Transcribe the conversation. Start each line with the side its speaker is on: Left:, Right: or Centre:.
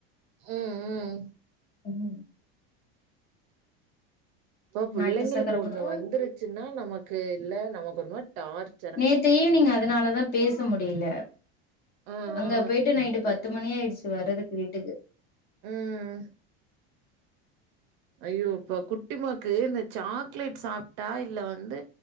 Right: ம் ம்
Left: ம்
Right: போ புள்ளைங்களுக்கு
Left: நாட்டு சக்கர
Right: ஒன்னு
Left: போட்டு
Right: வந்துருச் சின்னா நமக்கு இல்ல நமக்கு ஒரு மாரி டார்ச்
Left: நேத்து ஈவனிங் அதனால தா பேச முடியில
Right: ஆ
Left: அங்க
Right: ஆ
Left: போயிட்டு நைட்டு பத்து மணி ஆயிடுச்சு வர்றதுக்கு வீட்டுக்கு
Right: ம் ஐயோ இப்ப குட்டிமாக்கு இந்த சாக்லேட் சாப்ட்டா இல்ல வந்து